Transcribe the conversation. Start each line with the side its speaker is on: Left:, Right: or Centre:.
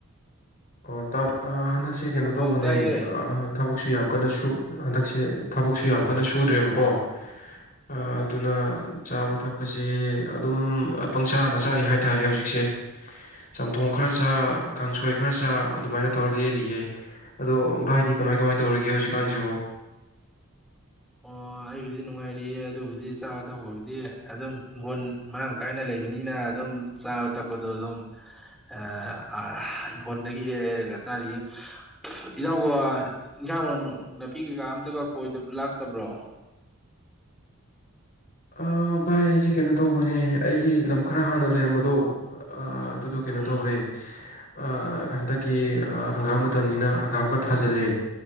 Left: ꯑꯣ ꯇꯕꯔ ꯑ ꯍꯟꯗꯛꯁ ꯁꯤ ꯀꯩꯅꯣ ꯇꯧꯕꯅꯦ
Centre: ꯑꯧ ꯇꯥꯏꯌꯦ
Left: ꯑ ꯑ ꯊꯕꯛ ꯁꯤ ꯌꯝ ꯀꯟꯅ ꯁꯨ ꯑ ꯍꯟꯇꯛꯁꯦ ꯊꯕꯛꯁꯨ ꯌꯥꯝ ꯀꯟꯅ ꯁꯨꯗ꯭ꯔꯦꯕꯀꯣ ꯑ ꯑꯗꯨꯅ ꯆꯥꯕ ꯊꯛꯄꯁꯦ ꯑꯗꯨꯝ ꯄꯪꯆꯥ ꯃꯆꯥꯔꯤ ꯍꯥꯏꯇꯥꯔꯦ ꯍꯧꯖꯤꯛꯁꯦ ꯆꯝꯊꯣꯡ ꯈꯔ ꯆ ꯀꯥꯡꯁꯣꯏ ꯈꯔ ꯆꯥ ꯑꯗꯨꯃꯥꯏꯅ ꯇꯧꯔ ꯂꯦꯜꯂꯤꯌꯦ ꯑꯗꯣ ꯚꯥꯏꯗꯤ ꯀꯃꯥꯏ ꯀꯃꯥꯏ ꯇꯧꯔꯤꯒꯦ ꯍꯧꯖꯤꯛꯀꯥꯟꯁꯤꯕꯨ
Centre: ꯑꯣ ꯑꯩꯕꯨꯗꯤ ꯅꯨꯡꯉꯥꯏꯔꯤꯌꯦ ꯑꯗꯨꯕꯨꯗꯤ ꯆꯥꯕ ꯊꯛꯄꯕꯨꯗꯤ ꯑꯗꯨꯝ ꯏꯪꯈꯣꯜ ꯃꯔꯥꯡ ꯀꯥꯏꯅ ꯂꯩꯕꯅꯤꯅ ꯑꯗꯨꯝ ꯆꯥꯕ ꯊꯛꯄꯗꯣ ꯑꯗꯨꯝ ꯑ ꯑꯥꯍ ꯏꯪꯈꯣꯜꯗꯒꯤ ꯍꯦꯛꯑ ꯍꯦꯛꯑꯒ ꯆꯥꯔꯤꯌꯦ ꯏꯅꯥꯎꯕꯨ ꯏꯟꯖꯥꯡ ꯃꯅꯝ ꯅꯥꯄꯤ ꯀꯩꯀꯥ ꯑꯝꯇꯒ ꯀꯣꯏꯗ ꯂꯥꯛ ꯇꯕ꯭ꯔꯣ
Left: ꯑ ꯚꯥꯏꯁꯦ ꯀꯩꯅꯣ ꯇꯧꯕꯅꯦ ꯑꯩꯒꯤ ꯂꯝ ꯈꯔ ꯍꯥꯟꯅ ꯂꯩꯔꯝꯕꯗꯣ ꯑꯥ ꯗꯨꯗꯣ ꯀꯩꯅꯣ
Centre: ꯎꯝ
Left: ꯇꯧꯔꯦ ꯑ ꯍꯟꯗꯛꯀꯤ ꯍꯪꯒꯥꯝ ꯃꯇꯝꯅꯤꯅ ꯍꯪꯒꯥꯝ ꯈꯔ ꯊꯥꯖꯤꯜꯂꯦ꯫